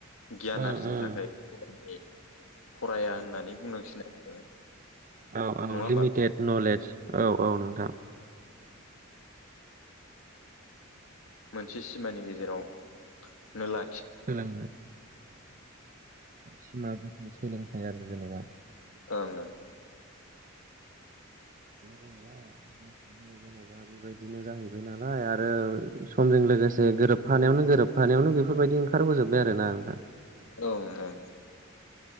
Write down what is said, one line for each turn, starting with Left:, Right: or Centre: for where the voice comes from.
Left: गियान
Right: उम
Left: आरजिनो
Right: उम
Left: थाखाय फराया होननानै बुंनांसिनो आरो जोङो।
Right: औ
Left: नङा
Right: औ
Left: होमबा
Right: लिमिटेड नलेज औ औ नोंथां
Left: मोनसे सिमानि गेजेरावनो ला
Right: सोलोङो सिमा गोथ सोलोंथायाइ आरो जेनेबा <unintelligible>
Left: ओं ओं। <inaudible>
Right: गासिबो जेन'बा बेबायदिनो जाहैबाय नालाय आरो समजों लोगोसे गोरोबफानायावनो गोरोबफानायावनो बेफोरबायदि ओंखारबोजोबबाय आरो ना आंहा
Left: ओं ओं।